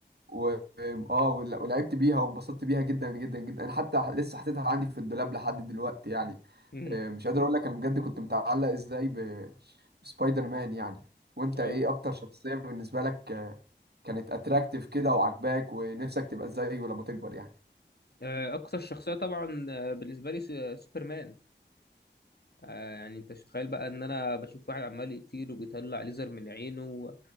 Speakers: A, on the right (about 60°); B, on the left (about 60°).
A: و... اه ول- ولعبت بيها وانبسطت بيها جدا جدا جدا انا حتى لسه حاططها عندي في الدولاب لحد دلوقتي يعني
B: مم.
A: آه، مش قادر اقول لك انا بجد كنت متعلق ازاي ب... بسبايدر مان يعني وانت
B: اه
A: ايه اكتر شخصية بالنسبة لك آه، كانت اتراكتيف كده وعجباك ونفسك تبقى زيه لما تكبر يعني
B: آه، اكتر شخصية طبعا آه، بالنسبة لي س- سوبرمان آه يعني انت مش متخيل بقى ان انا بشوف واحد عمال يطير وبيطلع ليزر من عينه و-